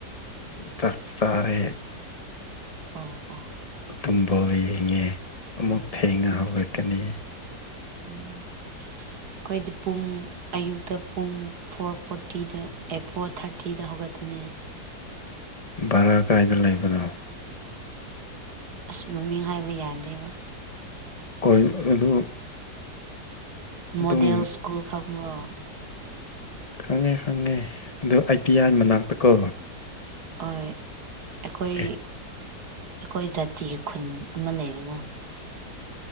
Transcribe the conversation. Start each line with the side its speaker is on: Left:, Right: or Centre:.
Left: ꯆꯥꯛ ꯇꯔꯦ
Right: ꯑꯣ ꯑꯣ
Left: ꯇꯨꯝꯕꯥꯎ ꯌꯦꯡꯉꯦ ꯑꯃꯨꯛ ꯊꯦꯡꯉ ꯍꯧꯒꯠꯀꯅꯤ
Right: ꯎꯝ ꯑꯩꯈꯣꯏꯗꯤ ꯄꯨꯡ ꯑꯌꯨꯛꯇ ꯄꯨꯡ ꯐꯣꯔ ꯐꯣꯔꯇꯤꯗ ꯑꯦ ꯐꯣꯔ ꯊꯥꯔꯇꯤꯗ ꯍꯧꯒꯠꯄꯅꯦ ꯄꯨ
Left: ꯕꯔꯥ ꯀꯥꯏꯗ ꯂꯩꯕꯅꯣ
Right: ꯑꯁ ꯃꯃꯤ ꯍꯥꯏꯕ ꯌꯥꯗꯦꯕ
Left: ꯀꯣꯏ ꯑꯗꯨ
Right: ꯃꯗꯦꯜ
Left: ꯑꯗꯨꯝ
Right: ꯁ꯭ꯀꯨꯜ ꯈꯈꯃꯔꯥ
Left: ꯈꯪꯉꯦ ꯈꯪꯉꯦ ꯑꯗꯨ ꯑꯥꯏꯗꯤꯌꯥꯒꯤ ꯃꯅꯥꯛꯇꯀꯣ
Right: ꯍꯣꯏ ꯑꯩꯈꯣꯏ ꯑꯩꯈꯣꯏ
Left: ꯑꯦ
Right: ꯖꯥꯇꯤꯒꯤ ꯈꯨꯟ ꯑꯃ ꯂꯩꯕꯅ